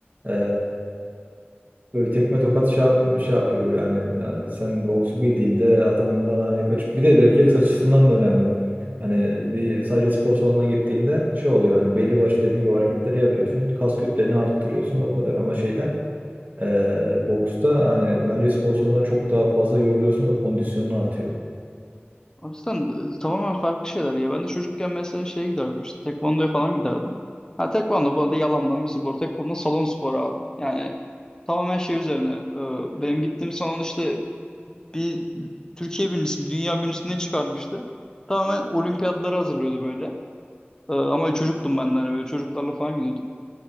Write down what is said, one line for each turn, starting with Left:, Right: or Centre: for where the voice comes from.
Right: e, böyle tekme tokat şey, yap- şey yapıyor böyle hani, hani sen boksu bildiğinde adamdan hani kaçıp bir de refleks açısından da önemli. Hani bir sadece spor salonuna gittiğinde şey oluyor hani belli başlı dediğim gibi hareketleri yapıyorsun. Kas kütleni arttırıyorsun o kadar ama şeyde e, boksta hani bence spor salonunda çok daha fazla yoruluyorsun ve kondisyonun artıyor.
Left: Aslan e, tamamen farklı şeyler ya. Ben de çocukken mesela şeye giderdim işte tekvandoya falan giderdim. Ha tekvando bu arada yalandan bir spor. Tekvando salon sporu abi. Yani tamamen şey üzerine. e, benim gittiğim salon işte bir Türkiye birincisini, dünya birincisini ne çıkarmıştı. Tamamen olimpiyatlara hazırlıyordu böyle. E, ama çocuktum ben de hani böyle çocuklarla falan gidiyorduk.